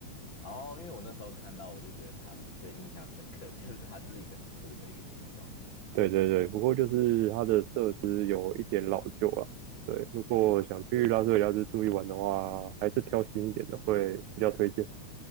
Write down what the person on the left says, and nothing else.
哦，因为我那时候看到，我就觉得它是最印象深刻的，<laughs> 就是它就是一个很酷的一个形状。